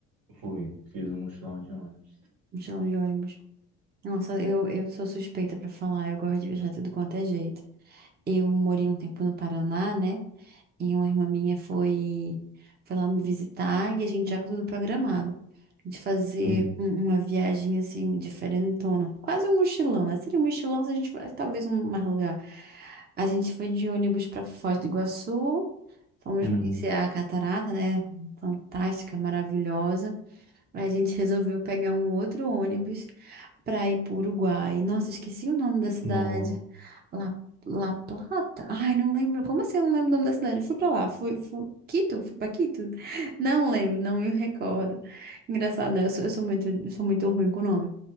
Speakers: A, on the right; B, on the right.
A: Fui, fiz um mochilão de ônibus.
B: Mochilão de ônibus. Nossa, eu, eu sou suspeita pra falar, eu gosto de viajar tudo quanto é jeito. Eu morei um tempo no Paraná, né? E uma irmã minha foi, foi lá me visitar e a gente já com tudo programado. De fazer
A: Uhum,
B: um- uma viagem assim, diferentona. Quase um mochilão, né? Seria um mochilão se a gente fosse, talvez um mais lugar. A gente foi de ônibus pra Foz do Iguaçu. Fomos
A: uhum.
B: conhecer a catarata, né? Fantástica, maravilhosa. A gente resolveu pegar um outro ônibus para ir para o Uruguai. Nossa, esqueci o nome da cidade.
A: Nossa.
B: La, La Plata? Ai, não lembro. Como assim eu não lembro o nome da cidade? Eu fui para lá. Fui, fui... Quito? Fui para Quito? Não lembro, não me recordo. Engraçado, né? Eu sou, eu sou muito, eu sou muito ruim com o nome.